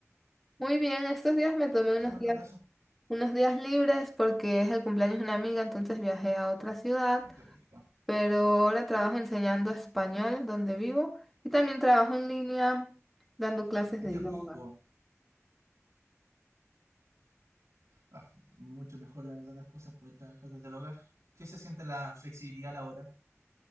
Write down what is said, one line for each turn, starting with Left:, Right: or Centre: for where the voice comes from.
Centre: Muy bien, estos días me tomé unos
Right: ¿Qué cuentas
Centre: días,
Right: de eso?
Centre: unos días libres porque es el cumpleaños de una amiga, entonces viajé a otra ciudad.
Right: Ay, qué rico.
Centre: pero ahora trabajo enseñando español donde vivo y también trabajo en línea dando clases
Right: Ay,
Centre: de
Right: qué
Centre: yoga.
Right: rico. Ah, mucho mejor, la verdad, las cosas poder trabajar desde el hogar. ¿Qué se siente la flexibilidad laboral?